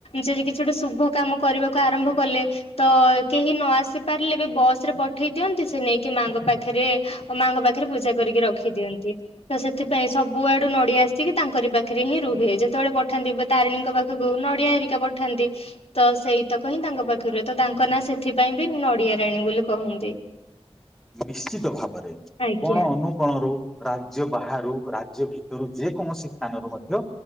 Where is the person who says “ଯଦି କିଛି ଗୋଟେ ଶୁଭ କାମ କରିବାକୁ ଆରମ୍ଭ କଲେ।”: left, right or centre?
Left